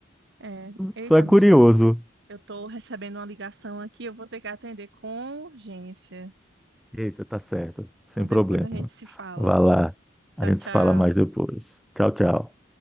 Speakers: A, on the right; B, in the centre.
A: é. Eita,
B: Só é
A: amigo,
B: curioso.
A: eu tô recebendo uma ligação aqui, eu vou ter que atender com urgência.
B: Eita, tá certo. Sem
A: Então depois
B: problema.
A: a gente se fala.
B: Vá lá.
A: Tchau,
B: A gente
A: tchau.
B: se fala mais depois. Tchau, tchau.